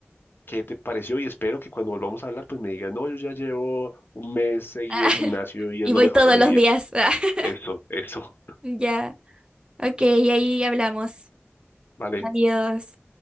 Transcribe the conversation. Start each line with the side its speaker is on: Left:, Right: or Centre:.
Left: qué te pareció y espero que cuando volvamos a hablar pues me digas, no, yo ya llevo un mes seguido
Right: <laughs>
Left: al gimnasio y
Right: Y
Left: es lo
Right: voy
Left: mejor
Right: todos
Left: de mi
Right: los
Left: vida.
Right: días. <laughs>
Left: Eso, eso,
Right: Ya, ok, ahí hablamos.
Left: <laughs> vale.
Right: Adiós.